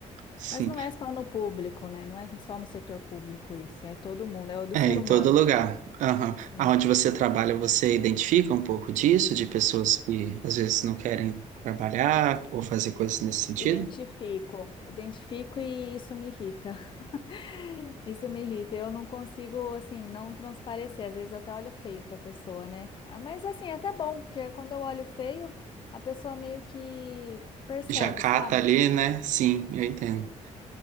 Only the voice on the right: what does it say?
sim.
É,
em
todo lugar. Aham.
Aonde você trabalha, você identifica um pouco disso, de pessoas que às vezes não querem trabalhar ou fazer coisas nesse sentido?
Já cata
ali, né? Sim, eu entendo.